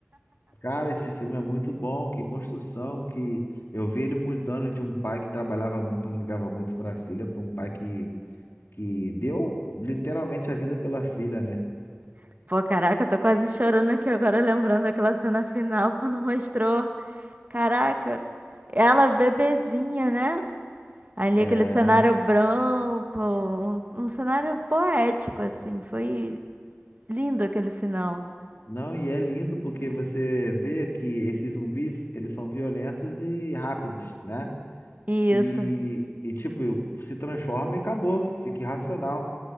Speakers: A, on the left; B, on the right.
A: Cara, esse filme é muito bom, que construção, que eu vi ele mudando de um pai que trabalhava muito, não ligava muito para a filha, para um pai que, que deu literalmente a vida pela filha, né?
B: <laughs> Pô, caraca, eu tô quase chorando aqui agora, lembrando daquela cena final quando mostrou. Caraca, ela bebezinha, né? Ali
A: É,
B: aquele cenário branco, um, um cenário poético, assim. Foi lindo aquele final.
A: não, e é lindo porque você vê que esses zumbis, eles são violentos e rápidos, né?
B: Isso.
A: E, e tipo, se transforma e acabou, fica irracional.